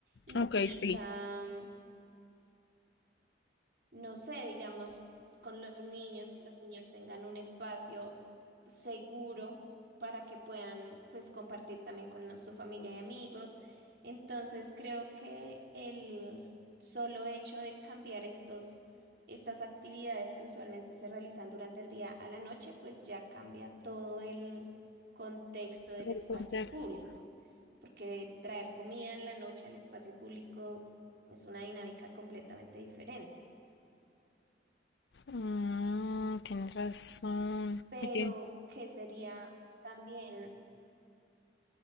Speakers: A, on the right; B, on the left.
A: implica
B: Ok, sí.
A: mm, no sé, digamos, con los niños, que los niños tengan un espacio seguro para que puedan, pues, compartir también con los- su familia y amigos. Entonces, creo que el solo hecho de cambiar estos, estas actividades que usualmente se realizan durante el día a la noche, pues ya cambia todo el contexto del
B: Todo
A: espacio
B: el contexto.
A: público, porque traer comida en la noche al espacio público es una dinámica completamente diferente.
B: Mm, tienes razón.
A: pero
B: Oye.
A: que sería también,